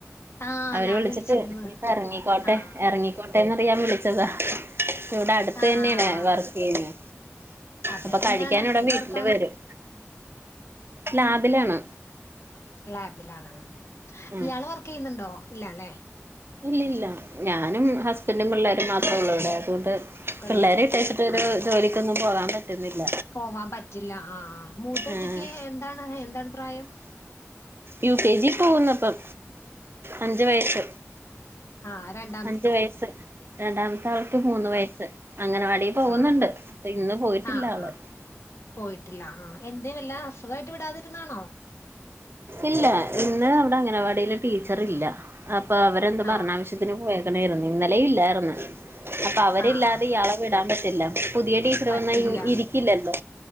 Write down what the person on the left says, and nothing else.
ആ
ഞാൻ
വിളിച്ചിരുന്നു
ആ
ആ
ആ
ആ ആ
അതെ
അതെ.
എന്താണ്
എന്ത്
വർക്കാണ്
ലാബിലാണ് ഉ
ഇയാള് വർക്ക് ചെയ്യുന്നുണ്ടോ ഇല്ലല്ലെ
ചെയ്യുന്നു
ഉള്ളു
ആ
പോവാൻ പറ്റില്ല ആ മൂത്ത കുട്ടിക്ക്
എന്താണ് എന്താണ് പ്രായം
ആഹ രണ്ട
ആ
ആ
ആ പോയിട്ടില്ല ആ എന്തേ വല്ല അസുഖായിട്ട് വിടാതിരുന്നാണോ
ആഹ്
ആഹ് ആഹ്
പറ്റില്ല